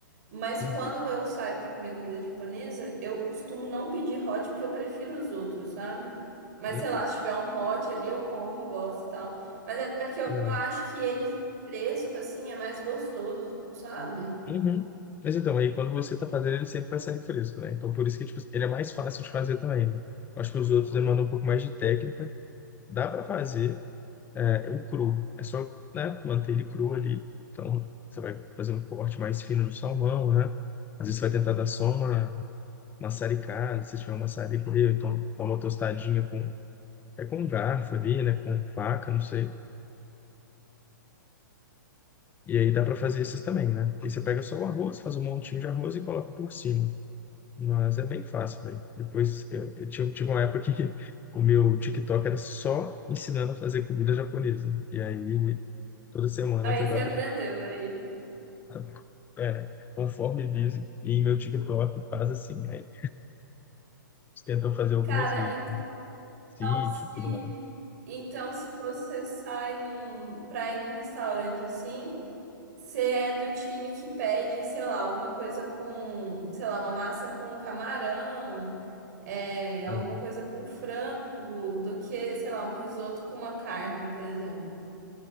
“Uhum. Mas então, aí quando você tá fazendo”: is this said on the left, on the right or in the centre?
Left